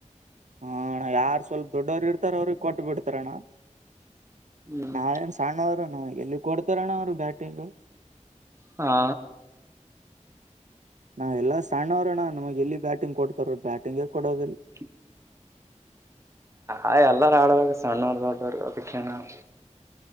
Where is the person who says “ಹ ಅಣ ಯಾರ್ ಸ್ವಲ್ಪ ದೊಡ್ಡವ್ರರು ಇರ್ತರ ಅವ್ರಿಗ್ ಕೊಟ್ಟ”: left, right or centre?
Right